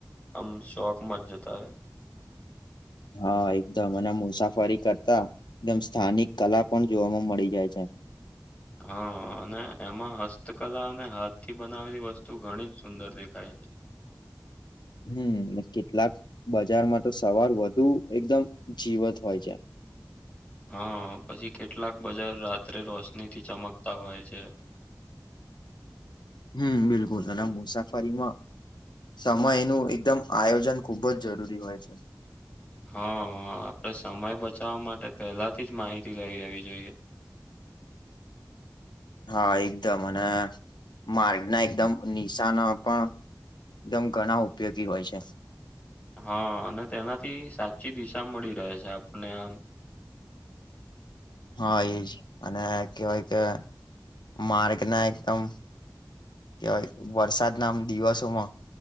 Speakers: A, on the left; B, on the left.
A: આમ શોકમાં જ જતા રહે
B: હા એકદમ અને મુસાફરી કરતા એકદમ સ્થાનિક કલા પણ જોવામાં મળી જાય છે
A: હા અને એમાં હસ્તકલા અને હાથથી બનાવેલી વસ્તુ ઘણી જ સુંદર દેખાય છે
B: હમ કેટલાક બજારમાં તો સવાર વધુ એકદમ જીવત હોય છે
A: હા પછી કેટલાક બજાર રાત્રે રોશની થી ચમકતા હોય છે
B: હમ બિલકુલ એના મુસાફરીમાં સમયનું એકદમ આયોજન ખુબ જ જરૂરી હોય છે
A: હા આપડે સમય બચાવવા માટે પહેલાથી જ માહિતી લઈ લેવી જોઈએ
B: હા એકદમ અને માર્ગના એકદમ નિશાનો પણ એકદમ ઘણા ઉપયોગી હોય છે
A: હા અને તેનાથી સાચી દિશા મળી રહે છે આપને આમ
B: હા એજ અને કવાય કે માર્ગ ના એકદમ કેવાય વરસાદ નામ દિવસોમાં